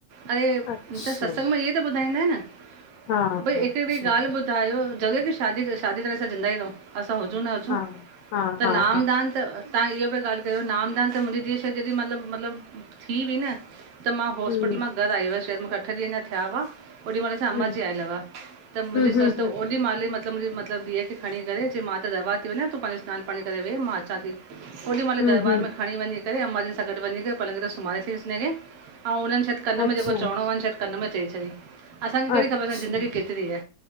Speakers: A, on the right; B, on the left.
A: अरे,
B: अच्छा
A: त सत्संग में ईए त बुधाईंदा आहिन न।
B: हा हा
A: भई हिकडी
B: अच्छा
A: गाल बुधायो जरूरी आ की शादी, शादी करे असां जिंदा ही रहूं? असां हुजू न हुजूं,
B: हा हा
A: त
B: हा
A: नाम
B: हा
A: दान त तहां इह पया ॻाल कयो नामदान त मुहिंजी धीअ खे मतलस मतलब थी वई न। त मां हाॅस्पिटल
B: हम्म
A: मा घर आई हुयस, शायद मुखें अठ ॾींह अन्ना थिया हुआ। ओॾी महल असां अम्मा
B: हम्म
A: जी आयल हुआ, त मुहिंजी
B: हम्म हम्म
A: सस त ओॾी महल म् त मुहिंजी मतलब धीअ खे खणी करे चई मां त दरबार ती वनां तू पहिंजो स्नान पाणी करे वेह मां अचांति। ओॾी महल
B: हम्म
A: दरबार
B: हम्म
A: में खणी वञीं करे अम्मा जन सां गॾ वञीं करे लगे तो सुमारे छॾेस् हिंनखे, अउ हुनन शायद कन
B: अच्छा,
A: में जेको चवणो हुन शायद कन्न में चई छॾई। असांखे
B: अच्छा,
A: कहिड़ी खबर असांजी जिंदगी केतरी आ,